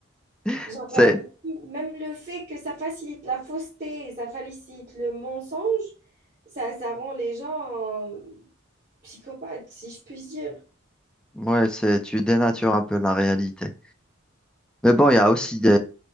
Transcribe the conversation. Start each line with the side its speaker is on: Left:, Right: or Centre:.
Centre: <laughs>
Right: Genre,
Centre: c'est,
Right: euh, même le fait que ça facilite la fausseté, ça facilite le mensonge, ça, ça rend les gens euh, psychopathes, si je puis dire.
Centre: ouais, c'est, tu dénatures un peu la réalité. Mais bon, il y a aussi des,